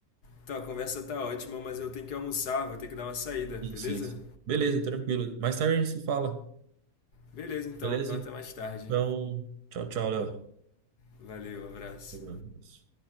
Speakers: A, on the left (about 85°); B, on the right (about 80°).
A: então a conversa tá ótima, mas eu tenho que almoçar, vou ter que dar uma saída,
B: Sim,
A: beleza?
B: sim, sim. Beleza, tranquilo. Mais tarde a gente se fala,
A: Beleza então,
B: beleza?
A: então até mais tarde.
B: Então, tchau, tchau, Léo.
A: Valeu, abraço.
B: Vamos.